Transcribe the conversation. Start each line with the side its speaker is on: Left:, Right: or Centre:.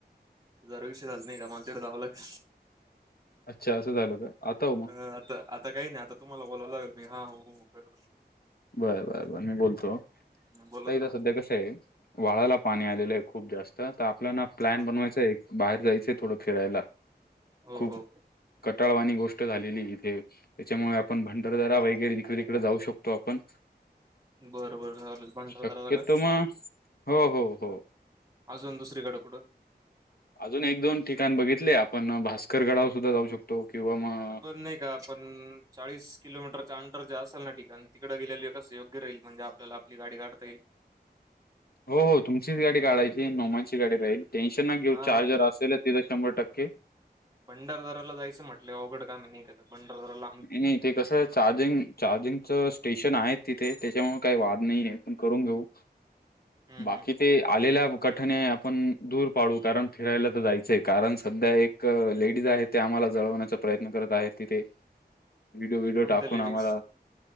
Right: जरा उशिर होत नाही का माल तीकडे जावां लाग
Left: अच्छा असं झालं का आता हो मग
Right: अ आता आता काही नाही आता तुम्हाला बोलावं लागेल मी हा हू हू कर
Left: बरं बर बर मी बोलतो हा
Right: बोलत
Left: काय ग
Right: राहत
Left: सध्या कस वाळाला पाणी आलेलं आहे खूप जास्त तर आपल्याला प्लॅन
Right: हा
Left: बनवायच आहे बाहेर जायचय थोडं फिरायला
Right: हो
Left: खूप
Right: हो
Left: कटाळवानी गोष्ट ष्ट झालेली आहे इथे त्याच्यामुळे आपण भंडारदारा वगैरे इतड तिकड जाऊ शक तो आपण
Right: बरं बरं चालेल भंडारदराला
Left: शक्यतो
Right: का
Left: मग हो हो हो.
Right: अजून दुसरीकड कुडं.
Left: अजून एक दोन ठिकाण बघितले आपण भास्कर गडावर सुद्धा जाऊ शकतो किंवा मग
Right: अ नाही का पण चाळीस किलोमीटर चा अंडर जे असल ना ठिकाण तिकडे गेलेलं कस योग्य राहील म्हणजे आप आपल्याला आपली गाडी काढता येईल.
Left: हो हो, तुमचीच गाडी काढायची, नोमांची गाडी राहील. टेन्शन नका घेऊ,
Right: हा
Left: चार्जर असेल तिथं शंभर टक्के.
Right: भंडारदाराला जायचं म्हटलं, अवघड काम नाही नाहीऽ त्या भंडारदराला.
Left: नाही ते कसं आहे चार्जिंग चार्जिंगच स्टेशन आहेत तिथे त्याच्यामुळे काही वाद नाही आहे पण करून घेऊ.
Right: हम्म
Left: बाकी
Right: हम्म
Left: ते आलेल्या मु काठीने आपण दूर पाडू कारण फिरायला तर जायचंय कारण सध्या हे एक लेडीज आहे ते आम्हाला जळवण्याचा प्रयत्न करत आहेत, ईथे. व्हिडिओ व्हडिओ
Right: कोणत्या
Left: टाकून
Right: लेडीज
Left: आम्हाला.